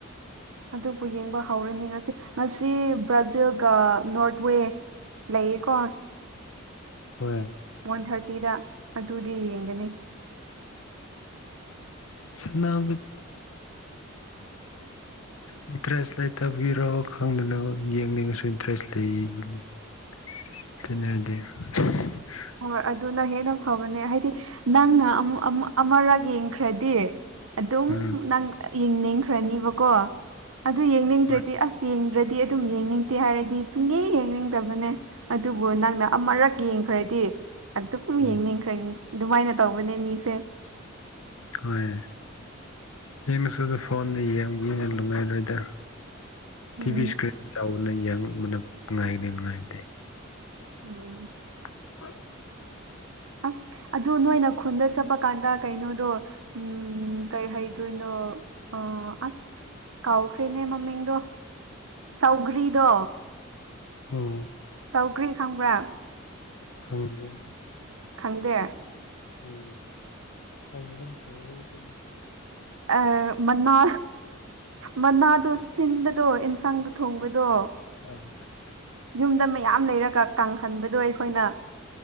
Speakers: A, on the right (about 75°); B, on the left (about 85°).
A: ꯑꯗꯨꯕꯨ ꯌꯦꯡꯕ ꯍꯧꯔꯅꯤ ꯉꯁꯤ ꯉꯁꯤ ꯕ꯭ꯔꯖꯤꯜꯒ ꯅꯣꯔꯠ ꯋꯦ ꯂꯩꯌꯦꯀꯣ
B: ꯍꯣꯏ
A: ꯋꯥꯟ ꯊꯥꯔꯇꯤꯗ ꯑꯗꯨꯗꯤ ꯌꯦꯡꯒꯅꯤ
B: ꯁꯥꯟꯅꯕ ꯏꯟꯇꯔꯦꯁ ꯂꯩ ꯇꯕꯒꯤꯔꯣ ꯈꯪꯗꯅ ꯌꯦꯡꯅꯤꯡꯉꯁꯨ ꯏꯟꯇꯔꯦꯁ ꯂꯩ <unintelligible>
A: ꯍꯣꯏ ꯑꯗꯨꯅ ꯍꯦꯟꯅ ꯐꯕꯅꯦ ꯍꯥꯏꯗꯤ ꯅꯪꯅ ꯑꯃꯨ ꯑꯃ ꯑꯃꯔꯛ ꯌꯦꯡꯈ꯭ꯔꯗꯤ ꯑꯗꯨꯝ
B: ꯎꯝ
A: ꯅꯪ ꯌꯦꯡꯅꯤꯡꯈ꯭ꯔꯅꯤꯕꯀꯣ ꯑꯗꯨ ꯌꯦꯡꯅꯤꯡꯗ꯭ꯔꯗꯤ
B: ꯍꯣꯏ
A: ꯑꯁ ꯌꯦꯡꯗ꯭ꯔ ꯗꯤ ꯑꯗꯨꯝ ꯌꯦꯡꯅꯤꯡꯗꯦ ꯍꯥꯏꯔꯗꯤ ꯁꯨꯡꯌꯦꯡ ꯌꯦꯡꯅꯤꯡꯗꯕꯅꯦ ꯑꯗꯨꯕꯨ ꯅꯪꯅ ꯑꯃꯨꯔꯛ ꯌꯦꯡꯈ꯭ꯔꯦ ꯗꯤ ꯑꯗꯨꯝ
B: ꯎꯝ
A: ꯌꯦꯡꯅꯤꯡꯈ꯭ꯔꯅꯤ ꯑꯗꯨꯃꯥꯏꯅ ꯇꯧꯕꯅꯦ ꯃꯤꯁꯦ
B: ꯍꯣꯏ ꯌꯦꯡꯔꯁꯨ ꯑꯗꯨ ꯐꯣꯟꯗ ꯌꯦꯡꯕꯒꯤꯅ ꯅꯨꯡꯉꯥꯏꯔꯣꯏꯗ ꯇꯤꯚꯤ
A: ꯎꯝ
B: ꯏꯁꯀ꯭ꯔꯤꯟ ꯆꯥꯎꯕꯅ ꯌꯦꯡꯕꯅ ꯅꯨꯡꯉꯥꯏꯒꯅꯤ ꯅꯨꯡꯉꯥꯏꯕꯗ
A: ꯎꯝ
B: <unintelligible>
A: ꯑꯁ ꯑꯗꯨ ꯅꯣꯏꯅ ꯈꯨꯟꯗ ꯆꯠꯄ ꯀꯥꯟꯗ ꯀꯩꯅꯣꯗꯣ ꯎꯝ ꯀꯩ ꯍꯥꯏꯗꯣꯏꯅꯣ ꯑꫭ ꯑꯁ ꯀꯥꯎꯈ꯭꯭ꯔꯦꯅꯦ ꯃꯃꯤꯡꯗꯣ ꯁꯧꯒ꯭ꯔꯤꯗꯣ
B: ꯎꯝ
A: ꯇꯧꯒꯔꯤ ꯈꯪꯕ꯭ꯔꯥ
B: ꯈꯪꯗꯦ
A: ꯈꯪꯗꯦ
B: ꯎꯝ ꯈꯪꯕꯗꯨꯝ ꯇꯧꯋꯩ ꯑꯗꯨꯅꯤ
A: ꯑ ꯃꯅꯥ ꯃꯅꯥꯗꯣ ꯁꯤꯟꯕꯗꯣ ꯑꯦꯟꯁꯥꯡꯗ ꯊꯣꯡꯕꯗꯣ
B: ꯍ ꯍꯣꯏ <inaudible>
A: ꯌꯨꯝꯗ ꯃꯌꯥꯝ ꯂꯩꯔꯒ ꯀꯪꯍꯟꯕꯗꯣ ꯑꯩꯈꯣꯏꯅ